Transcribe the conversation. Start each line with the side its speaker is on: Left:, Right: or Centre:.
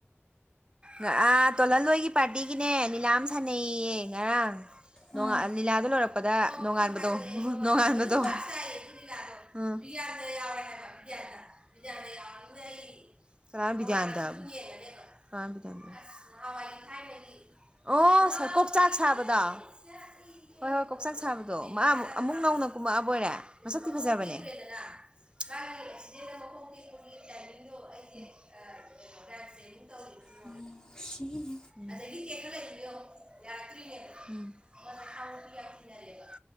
Right: ꯒꯥ ꯑꯥ ꯇꯣꯜꯍꯟꯂꯣꯏꯒꯤ ꯄꯥꯔꯇꯤꯒꯤꯅꯦ ꯂꯤꯂꯥ ꯑꯝ ꯁꯥꯟꯅꯩꯌꯦ ꯉꯔꯥꯡ ꯅꯣꯡꯉꯟ
Left: ꯑꯥ
Right: ꯂꯤꯂꯥꯗꯣ ꯂꯣꯏꯔꯛꯄꯗ <unintelligible> ꯅꯣꯡꯉꯥꯟꯕꯗꯣ ꯅꯣꯡꯉꯥꯟꯕꯗꯣ <unintelligible>
Left: ꯑꯥ
Right: ꯂꯤꯂꯥꯗꯣ ꯕꯤꯗ꯭ꯌꯥꯅꯟꯗꯥ ꯌꯥꯎꯔꯦ ꯍꯥꯏꯕ ꯕꯤꯗ꯭ꯌꯥꯅꯟꯗꯥ ꯕꯤꯗ꯭ꯌꯥꯅꯟꯗꯥ ꯌꯧꯅꯤꯡ <unintelligible> ꯑꯩ <unintelligible> ꯀꯅꯅꯣ ꯕꯤꯗ꯭ꯌꯥꯅꯟꯗ <unintelligible> ꯀꯅꯅꯣ ꯕꯤꯗ꯭ꯌꯥꯅꯟꯗ ꯑꯁ ꯅꯍꯥꯟꯋꯥꯏꯒꯤ ꯊꯥꯏꯅꯒꯤ ꯑꯣ <unintelligible> ꯀꯣꯛꯆꯥꯛ ꯁꯥꯕꯗꯣ? <unintelligible> ꯍꯣꯏ ꯍꯣꯏ ꯀꯥꯛꯆꯥꯛ ꯁꯥꯕꯗꯣ ꯃꯥ ꯑꯃꯨꯛ ꯑꯃꯨꯛ ꯅꯧꯅ ꯀꯨꯝꯃꯛꯑꯕꯣꯏꯔꯦ ꯃꯁꯛꯇꯤ ꯐꯖꯕꯅꯦ <unintelligible> ꯃꯥꯒꯤ ꯑꯦꯛꯁꯤꯗꯦꯟꯗ ꯃꯈꯣꯡ ꯇꯦꯛꯄꯒꯤ ꯇꯥꯏꯃꯤꯡꯗꯣ ꯑꯩꯁꯦ ꯑꯥ ꯀꯤꯅꯣ <unintelligible> ꯇ꯭ꯔꯦꯅꯤꯡ ꯇꯧꯔꯤꯕ
Left: <unintelligible>
Right: ꯎꯝ ꯑꯗꯒꯤ ꯇꯦꯛꯈꯠꯂꯛꯏꯅꯦ ꯌꯦꯡꯎ ꯌꯥꯔꯛꯇ꯭ꯔꯤꯅꯦ ꯎꯝ <unintelligible> ꯇꯤꯟꯅꯔꯛꯑꯦꯕ